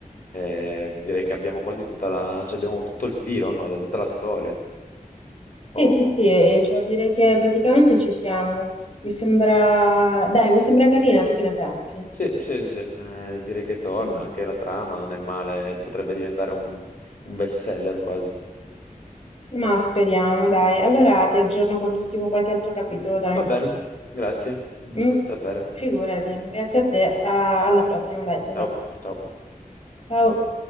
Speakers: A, on the left; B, on the left.
A: Eh, direi che abbiamo quasi tutta la, cioè abbiamo tutto il filo, no? Dai, tutta la storia.
B: Sì,
A: Oh,
B: sì, sì, e e cioè direi che praticamente ci siamo. Mi sembra, dai, mi sembra carina, tu che ne pensi?
A: Sì, sì, sì, sì. Eh, direi che torna,
B: Mm.
A: anche la trama non è male, potrebbe diventare un, un best seller quasi.
B: Ma speriamo, dai. Allora ti aggiorno quando scrivo qualche altro capitolo, dai.
A: Va bene, grazie,
B: Mm.
A: fammi sapere.
B: Figurati, grazie a te, a- alla prossima, dai, ciao
A: Ciao,
B: ciao.
A: ciao.
B: Ciao.